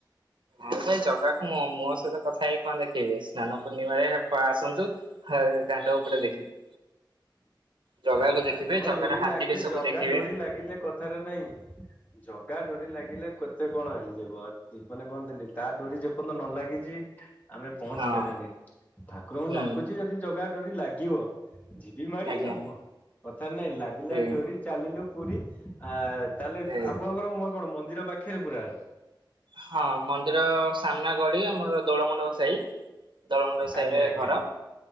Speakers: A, on the right; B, on the left.
A: ଆରେ ଭାଇ ଜଗା କୁ ମୋ ସହିତ କଥା ହେଇକି କଣ ଦେଖିବେ ସ୍ନାନ ପୂର୍ଣ୍ଣିମାରେ ଆସନ୍ତୁ। ହଉ ଦାଣ୍ଡ ଉପରେ ଦେଖିବେ। ଜଗାକୁ
B: ଆ ତାଙ୍କ
A: ଜଗାର
B: ଡୋରି
A: ହାତୀ
B: ଲାଗିଲେ
A: ବେଶକୁ
B: ଜଗା
A: ଦେଖିବେ।
B: ଡୋରି ଲାଗିଲେ କଥାରେ ନାଇଁ ଜଗା ଡୋରି ଲାଗିଲେ କେତେ କଣ ହେଇଜୀବ ଜୀବନେ କହନ୍ତିନି ତା ଡୋରି ଯେ ପର୍ୟ୍ୟ ନ ଲାଗିଛି ଆମେ ପହଞ୍ଚି
A: ହଁ
B: ପାରିବାନି ଠାକୁରଙ୍କୁ
A: ହୁଁ
B: ଡାକୁଚ ଯଦି ଜଗା ଡୋରି ଲାଗିବ ଯିବି ମାଡି
A: ଆଜ୍ଞା
B: ଆଉ କଣ କଥା ରେ ନାଇଁ ଲାଗିଲା
A: ସେଇ
B: ଡୋରି ଚାଲିଲୁ ପୁରୀ। ଆ ତାହେଲେ
A: ସେଇ
B: ଆପଣଙ୍କର ମ କଣ ମନ୍ଦିର ପାଖିରେ ପୁରା?
A: ହଁ ମନ୍ଦିର ସାମ୍ନା ଗଳି ଆମର ଦୋଳମଣ୍ଡପ ସାହି ଦୋଳମଣ୍ଡପ ସାହି
B: ଆଜ୍ଞା
A: ରେ
B: ଆଜ୍ଞା
A: ଘର।